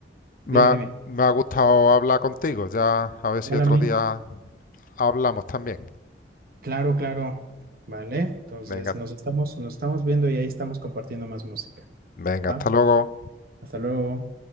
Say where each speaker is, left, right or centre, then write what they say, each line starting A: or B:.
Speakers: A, on the left; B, on the right.
A: me
B: dime,
A: ha,
B: dime,
A: me ha gustado hablar contigo. Ya a ver
B: igual
A: si otro
B: a mí,
A: día hablamos también.
B: claro, claro, ¿vale? Entonces,
A: Venga,
B: nos estamos, nos estamos viendo y ahí estamos compartiendo más música,
A: venga,
B: ¿va?
A: hasta luego.
B: Hasta luego.